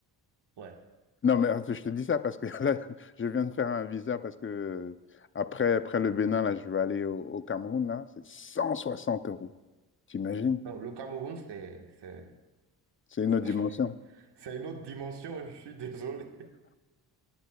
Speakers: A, on the right (about 65°); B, on the left (about 30°).
A: Ouais.
B: Non, mais attends, je te dis ça parce que <laughs> là, je viens de faire un visa parce que euh, après, après le Bénin, là, je vais aller au, au Cameroun, là. C'est 160 euros. T'imagines?
A: Non, le Cameroun, c'est, c'est,
B: C'est
A: <laughs>
B: une autre dimension.
A: c'est une autre dimension, <laughs> je suis désolé.